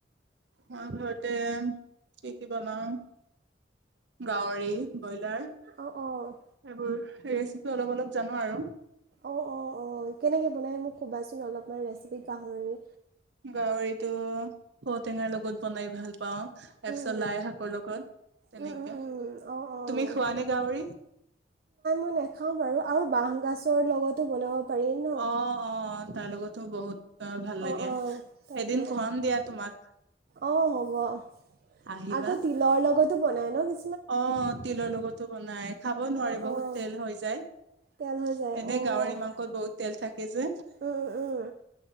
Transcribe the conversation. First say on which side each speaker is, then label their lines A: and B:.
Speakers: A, on the right; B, on the right.
A: মই ঘৰতে কি কি বনাও গাহৰি ব্ৰইলাৰ
B: অঁ অঁ
A: এইবোৰ ৰেচিপি অলপ অলপ জানো আৰু।
B: অ অ অ কেনেকে বনাই মোক কবাচোন অলপমান ৰেচিপি গাহৰি?
A: গাহৰিটো ঔ টেঙাৰ লগত বনাই ভাল পাওঁ তাৰ
B: উম
A: পিছত লাই শাকৰ লগত তেনেকে।
B: উম উম উম উম অঁ অঁ
A: তুমি খোৱা নে গাহৰি?
B: নেখাওঁ বাৰু আৰু বাহ গছৰ লগতো বনাব পাৰি ন
A: অ, অ তাৰ লগতো বহুত তাৰ ভাল
B: অঁ
A: লাগে
B: অঁ তাকে
A: এদিন খুৱাম দিয়া তোমাক।
B: অঁ হ'ব
A: আহিবা।
B: আকৌ তিলৰ লগতো বনাই ন কি
A: অ তিলৰ লগতো বনাই খাব নোৱাৰি
B: অঁ
A: বহুত
B: অঁ
A: তেল হৈ যায়।
B: তেল হৈ যায়
A: এনে
B: অঁ
A: গাহৰি মাংসত বহুত তেল থাকে যে।
B: অঁ